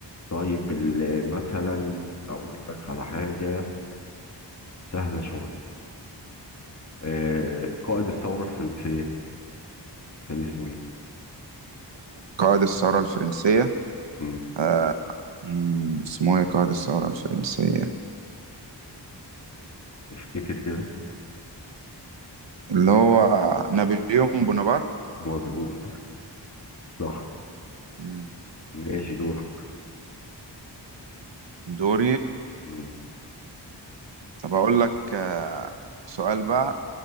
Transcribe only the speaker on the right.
قائد الثورة الفرنسية
آه. مم. اسمه إيه قائد الثورة الفرنسية
اللي هو نابليون بونابرت
مم.
دوري
طب أقول لك آه، سؤال بقى